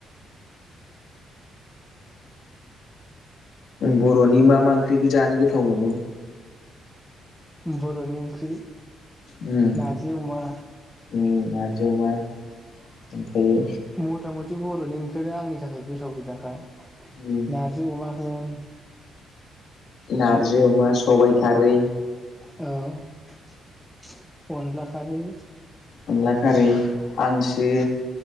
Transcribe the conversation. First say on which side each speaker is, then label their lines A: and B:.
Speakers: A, on the left; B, in the centre.
A: बर'नि मा मा ओंख्रिखौ जानो गोथाव मोनो।
B: बर'नि ओंख्रि
A: उम
B: नारजि अमा।
A: उम नारजि अमा। ओमफ्रायो
B: मथा मथि बि बर'नि ओंख्रिआदि आंनि थाखाय गोसाव गोजाखा।
A: उम
B: नारजि अमा। उम।
A: नारजि अमा, सबायाइ खारै।
B: औ। अनलाखारै।
A: अनला खारै। हांसो,